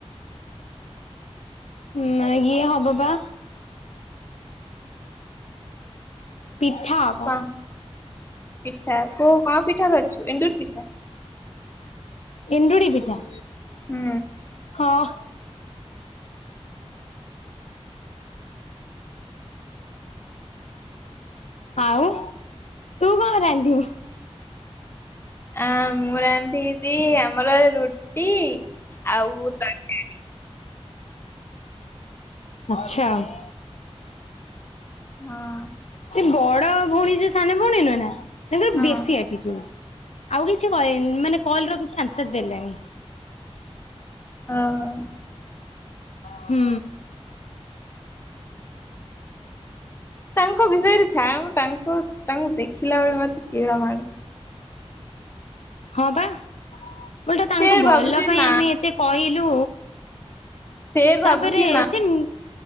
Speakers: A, on the left; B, on the left.
A: ହୁଁ ନା ଇଏ ହବ ପା ପିଠା ଆବ।
B: କଣ ପିଠା କୋଉ କ ପିଠା କରିଛୁ ଏଣ୍ଡୁରି ପିଠା।
A: ଏଣ୍ଡୁରୀ ପିଠା
B: ହୁଁ
A: ହଁ ଆଉ ତୁ କଣ ରାନ୍ଧିବୁ?
B: ଅଁ ମୁଁ ରାନ୍ଧିବି ଆମର ରୁଟି ଆଉ ତରକାରୀ।
A: ଆଚ୍ଛା ଆଉ।
B: ହଁ
A: ସେ ବଡ ଭଉଣୀ ସେ ସାନ ଭଉଣୀ ନୁହେଁ ନା ତାଙ୍କର
B: ହଁ
A: ବେଶୀ ଆଟିଟିଉଡୁ। ଆଉ କିଛି କହିଲେନି ମାନେ କଲ ର କିଛି ଆନ୍ସର ଦେଲେନି।
B: ହଁ
A: ହୁଁ
B: ତାଙ୍କ ବିଷୟରେ ଛାଡ଼ ତାଙ୍କୁ ତାଙ୍କୁ ଦେଖିଲାବେଳୁ ମତେ ଚିଡ଼ା ମାଡୁଚି।
A: ହଁ ପା ଓଲଟା ତାଙ୍କୁ
B: ଫେର
A: ଭଲ
B: ଭାବୁଛି
A: ପାଇଁ
B: ନା
A: ଆମେ ଏତେ କହିଲୁ
B: ଫେର ଭାବୁଛି
A: ତାପରେ
B: ନା
A: ସେ ନି